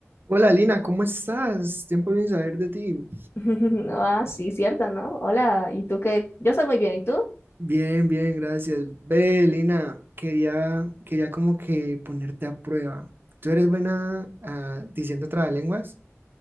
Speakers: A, on the right; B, on the left.
A: Hola Lina, ¿cómo estás? Tiempo sin saber de ti.
B: <laughs> Ah, sí, cierto, ¿no? Hola, ¿y tú qué? Yo soy muy bien, ¿y tú?
A: Bien, bien, gracias. Ve, Lina, quería, quería como que ponerte a prueba. ¿Tú eres buena ah, diciendo trabalenguas?